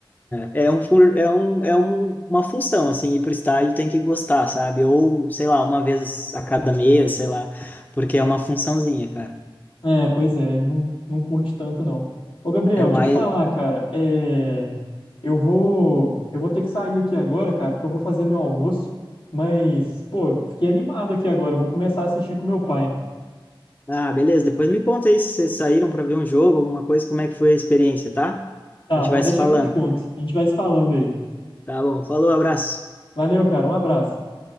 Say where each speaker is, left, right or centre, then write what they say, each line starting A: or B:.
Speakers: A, on the left (about 20°); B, on the left (about 80°).
A: É, é um, fur- é um, é um, uma função, assim, ir pro estádio tem que gostar, sabe? Ou, sei lá, uma vez a cada mês, sei lá, porque é uma funçãozinha, cara.
B: É, pois é, ele não, não curte tanto não. Ô, Gabriel,
A: É mais.
B: deixa eu te falar, cara, é, eu vou, eu vou ter que sair aqui agora, cara, porque eu vou fazer meu almoço, mas, pô, fiquei animado aqui agora, eu vou começar a assistir com meu pai.
A: Ah, beleza. Depois me conta aí se vocês saíram para ver um jogo, alguma coisa, como é que foi a experiência, tá?
B: Tá,
A: A gente
B: pode
A: vai se
B: deixar
A: falando.
B: que eu te conto. A gente vai se falando aí.
A: Tá bom. Falou, abraço.
B: Valeu, cara, um abraço.